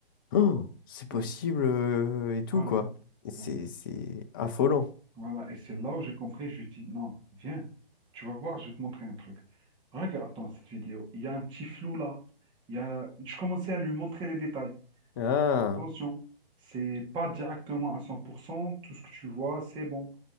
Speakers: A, on the left (about 20°); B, on the right (about 15°).
A: oh, c'est possible
B: voilà,
A: euh, et tout
B: voilà.
A: quoi. Et C'est
B: Bon,
A: c'est affolant.
B: voilà. Et c'est là où j'ai compris, je lui dis, non, viens, tu vas voir, je vais te montrer un truc. Regarde dans cette vidéo, il y a un petit flou là. Il y a... Je commençais à lui montrer les détails.
A: Ah,
B: Attention, c'est pas directement à 100% tout ce que tu vois, c'est bon.